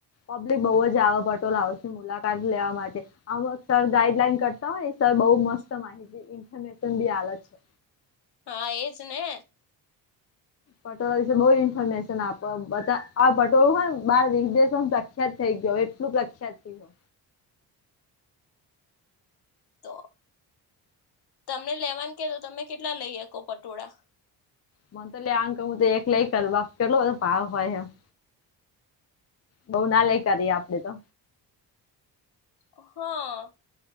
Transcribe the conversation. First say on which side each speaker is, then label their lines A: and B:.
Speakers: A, on the left; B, on the left.
A: પબ્લિક બહુ જ આવે પટોલાવની મુલાકાત લેવા માટે. આમ સર ગાઈડલાઈન કરતા હોય ને સર બહુ મસ્ત માહિતી ઇન્ફોર્મેશન બી આત છે.
B: હા એજ ને.
A: પટોળા વિશે બહુ ઇન્ફોર્મેશન આપો બધા આ પટોળું હોયને બહાર વિદેશમાં પ્રખ્યાત થઈ ગયો એટલું પ્રખ્યાત.
B: તો તમને લેવાનું કે તો તમે કેટલા લઈ હકો પટોળા.
A: મ તો લેવાનું કે હોય તો હું તો એક લઈ કેટલો બધું ભાવ હોય એમ. બઉુ ના લઈ કરીએ આપડે તો.
B: હ.